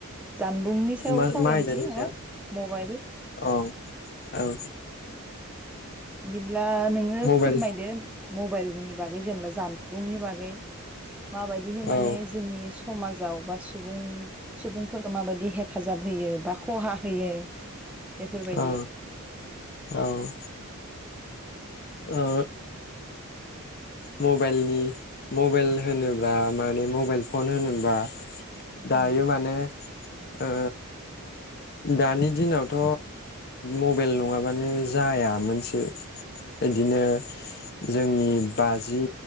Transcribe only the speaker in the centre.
जानबुंनि सायाव
सावरायनोसै
नङा
मबाइल
बि ब्ला नोङो
फोरमायदो मबाइल नि बागै जेनेबा जानबुंनि बागै माबायदिहै माने
जोंनि समाज जाव बा सुबुं सुबुंफोरखौ माबायदि हेफाजाब होयो बा खहा होयो बेफोरबायदि
ओ